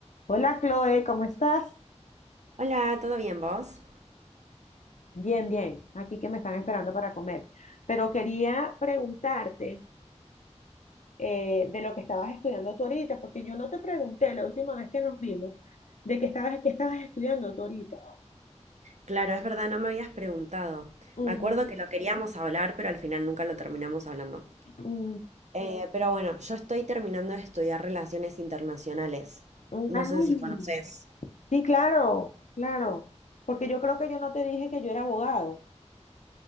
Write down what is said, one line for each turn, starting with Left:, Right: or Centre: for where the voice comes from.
Left: Hola Chloe, ¿cómo estás?
Right: Hola, ¿todo bien vos?
Left: Bien, bien. Aquí que me están esperando para comer. Pero quería preguntarte eh, de lo que estabas estudiando tú ahorita, porque yo no te pregunté la última vez que nos vimos de qué estabas, qué estabas estudiando tú ahorita.
Right: Claro, es verdad, no me habías preguntado.
Left: Ujú.
Right: Me acuerdo que lo queríamos hablar, pero al final nunca lo terminamos hablando.
Left: Mm,
Right: Eh, pero bueno, yo estoy terminando de estudiar relaciones internacionales.
Left: mm,
Right: No
Left: Ay,
Right: sé si conoces.
Left: sí, claro, claro. Porque yo creo que yo no te dije que yo era abogado.